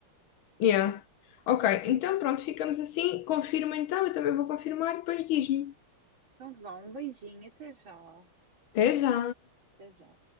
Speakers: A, on the left; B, on the right.
A: Yeah. Ok, então pronto, ficamos assim. Confirma então, eu também vou confirmar, depois diz-me.
B: Então vá, um beijinho, até já.
A: Até já!
B: Até já.